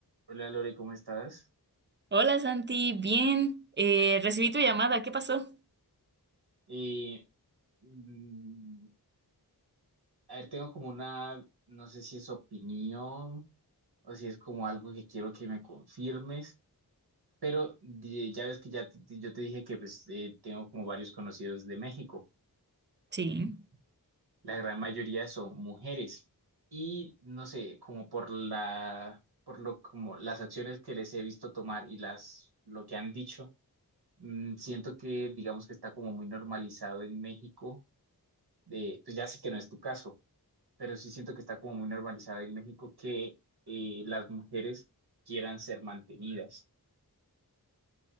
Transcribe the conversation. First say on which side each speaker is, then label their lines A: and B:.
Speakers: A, on the right (about 75°); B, on the right (about 30°).
A: Hola Lore, ¿cómo estás?
B: Hola Santi, bien, eh, recibí tu llamada, ¿qué pasó?
A: Y, mm, a ver, tengo como una, no sé si es opinión o si es como algo que quiero que me confirmes, pero di- ya ves que ya te- yo te dije que pues eh, tengo como varios conocidos de México.
B: Sí.
A: La gran mayoría son mujeres y no sé, como por la, por lo como las acciones que les he visto tomar y las lo que han dicho, mm, siento que digamos que está como muy normalizado en México. De, pues ya sé que no es tu caso pero sí siento que está como muy normalizado en México que eh, las mujeres quieran ser mantenidas.